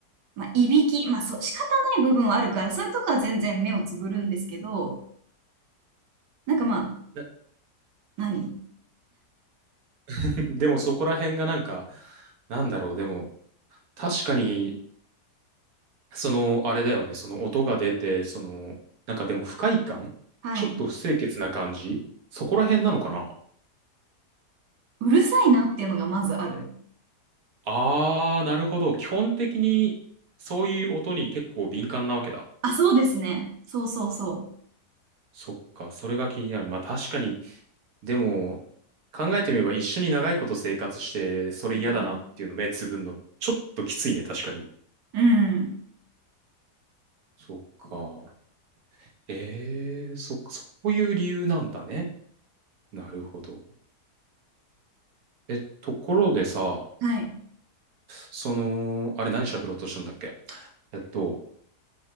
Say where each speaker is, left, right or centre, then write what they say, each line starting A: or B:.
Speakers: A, on the right (about 80°); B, on the right (about 65°).
A: まあ、いびき、まあ、そう、仕方ない部分はあるから、そういうとこは全然目をつぶるんですけど、なんかまあ、
B: な
A: 何
B: <laughs> でもそこら辺がなんか、なんだろう。でも、確かにその、あれだよね、その音が出て、その、なんかでも不快感ちょっと不清潔な感じそこら辺なのかな
A: はい。うるさいなっていうのがまずある。
B: あー、なるほど。基本的に、そういう音に結構敏感なわけだ。
A: あ、そうですね。そうそうそ
B: そっか、それが気になる。まあ確かに、でも、考えてみれば一緒に長いこと生活して、それ嫌だなっていうの目つぶんの、
A: う。うん。
B: ちょっときついね、確かに。
A: うん
B: そっか。ええー、そっか、そういう理由なんだね。なるほど。え、ところでさ、
A: はい。
B: その、あれ何喋ろうとしたんだっけえっと、